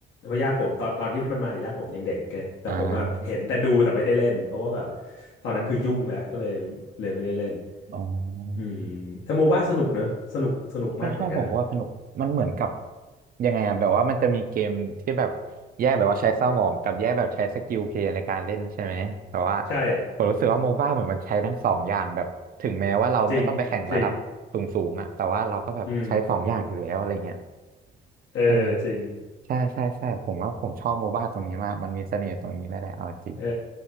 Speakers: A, on the left; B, on the right.
A: เพราะญาติผมตอนตอนที่มันมาเนี่ยญาติผมยังเด็กไงแต่ผมอะเห็นแต่ดูแต่ไม่ได้เล่น
B: อ่า
A: เพราะว่าแบบตอนนั้นคือยุ่งแล้วก็เลยเลยไม่ได้เล่น
B: อ๋อ
A: อืมแต่โมบ้าสนุกเนอะสนุกสนุกมากเหมือนกันอ่ะ
B: ใช่ใช่ผมก็ว่าสนุกมันเหมือนกับยังไงอะแบบว่ามันจะมีเกมที่แบบแยกแบบว่าใช้สมองกับแยกแบบใช้สกิลเพลย์ในการเล่นใช่ไหมแต่ว่า
A: ใช่
B: ผมรู้สึกว่าโมบ้าเหมือนมันใช้ทั้งสองอย่างแบบถึงแม้ว่าเราไม่ต้องไปแข่งระดับสูงสูงอะแต่ว่าเราก็แบบใช้สองอย่างอยู่แล้วอะไรเงี้ย
A: จริงจริงอืมเออจริง
B: ใช่ไหมใช่ใช่ใช่ผมว่าผมชอบโมบ้าตรงนี้มากมันมีเสน่ห์ตรงนี้แหละแหละเอาจริง
A: เออ